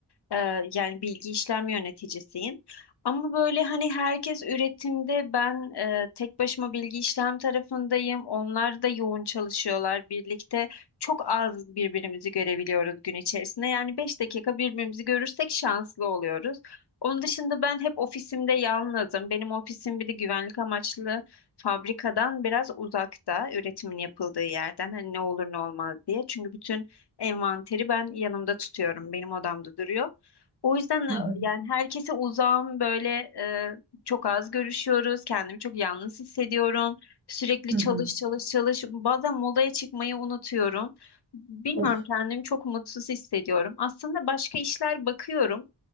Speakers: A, on the left; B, on the right.
A: Ee, yani bilgi işlem yöneticisiyim. Ama böyle hani herkes üretimde ben e, tek başıma bilgi işlem tarafındayım. Onlar da yoğun çalışıyorlar birlikte. Çok az birbirimizi görebiliyoruz gün içerisinde. Yani 5 dakika birbirimizi görürsek şanslı oluyoruz. Onun dışında ben hep ofisimde yalnızım. Benim ofisim bir de güvenlik amaçlı fabrikadan biraz uzakta, üretimin yapıldığı yerden hani ne olur ne olmaz diye. Çünkü bütün envanteri ben yanımda tutuyorum. Benim odamda duruyor. O yüzden e,
B: Hı hı.
A: yani herkese uzağım böyle e, çok az görüşüyoruz. Kendimi çok yalnız hissediyorum. Sürekli
B: Hı
A: çalış
B: hı.
A: çalış çalış. Bazen molaya çıkmayı unutuyorum. Bilmiyorum
B: Of.
A: kendimi çok mutsuz hissediyorum. Aslında başka işler bakıyorum.